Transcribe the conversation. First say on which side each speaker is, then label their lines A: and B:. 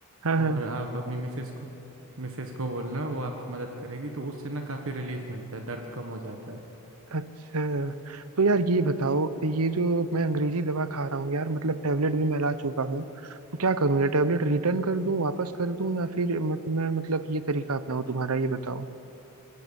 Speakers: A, on the right; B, on the right.
A: हाँ हाँ
B: और आप अपनी मिसेज को मिसेज को बोलना वो आपकी मदद करेगी तो उससे ना काफ़ी रिलीफ मिलता है दर्द कम हो जाता है
A: अच्छा तो यार ये बताओ ये जो मैं अंग्रेजी दवा खा रहा हूँ यार मतलब टेबलेट भी मैं ला चुका हूँ तो क्या करूँ ये टेबलेट रिटर्न कर दूँ वापस कर दूँ या फिर मत, मैं मतलब ये तरीका अपनाऊँ तुम्हारा ये बताओ